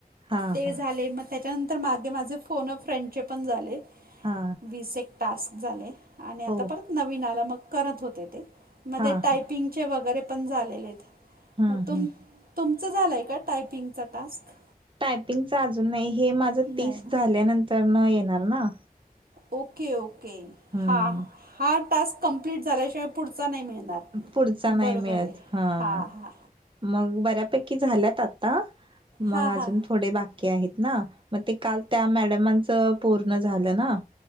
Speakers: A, on the right (about 35°); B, on the right (about 70°).
A: हा
B: ते
A: हा
B: झाले म त्याच्यानंतर मागे माझे फोन फ्रेंडचे पण झाले.
A: हा.
B: विसेक टास्क झाले, आणि आता
A: हो
B: परत नवीन आलं, मग करत होते ते. मध्ये
A: हा
B: टायपिंगचे
A: हा
B: वगैरे पण, झालेले येत.
A: हम्म
B: तुम-तुमचं
A: हम्म
B: झालंय का, टायपिंगचा टास्क?
A: टायपिंगच अजून नही, हे माझं
B: नाही
A: तीस
B: ना
A: झाल्यानंतर न, येणार ना?
B: ओके-ओके
A: हम्म
B: हां, हां टास्क कमप्लीट झाल्याशिवाय पुढचा नही मिळणार,
A: पुढचा नाही
B: बरोबर
A: मिळत
B: य
A: हा
B: हां ह.
A: मग बऱ्यापैकी झाल्यात आता, मग
B: हां
A: अजून
B: हां
A: थोडे, बाकी आहेत ना? म ते काल, त्या मॅडमांच पूर्ण झालं ना.